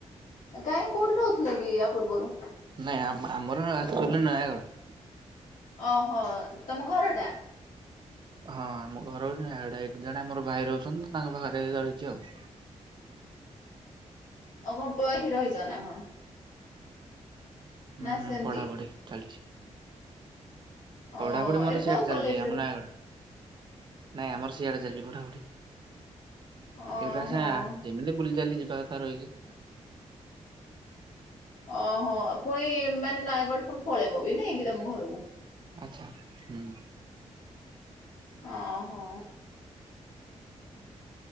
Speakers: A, on the left; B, on the right.
A: କାଇଁ କଉଠି ରହୁଥିଲା କି? ପୂର୍ବରୁ?
B: ନାଇଁ ଆମ୍ ଆମର ଆକ୍ଚୁଆଲି ରେ ନୟାଗଡ।
A: ଅହୋ ତମ ଘର ଟା?
B: ହଁ ଆମ ଘର ହଉଚି ନୟାଗଡ଼। ଏଠି ଜଣେ ଆମର ଭାଇ ରହୁଛନ୍ତି ତ ତାଙ୍କ ପାଖରେଇ ରହିଚି ଆଉ।
A: ଆଉ କଣ ପୁଆ ଏଠି ରହିଚ ନା କଣ? ନା
B: ହୁଁ ହୁଁ
A: ସେମିତି?
B: ପଢା ପଢି ଚାଲିଚି।
A: ଅ
B: ପଢାପଢି ମୋର
A: ଏଠି
B: ସିଆଡେ
A: କୋଉ
B: ଚାଲିଚି
A: କଲେଜରେ
B: ଆମ ନୟାଗଡ଼। ନାଇଁ ଆମର ସିଆଡେ ଚାଲିଚି ପଢାପଢି।
A: ଓହୋ।
B: ଏଇଟା ସେୟା ଯେମିତି ବୁଲି ଚାଲି ଯିବି ଗାତାର ରହିକି।
A: ଓହୋ ପୁଣି ମାନେ ନୟାଗଡ ପୁଣି ପଳେଇବ ବି ନାଇଁକି ତମ ଘରୁକୁ
B: ଆଚ୍ଛା ହୁଁ।
A: ଓ ହୋ।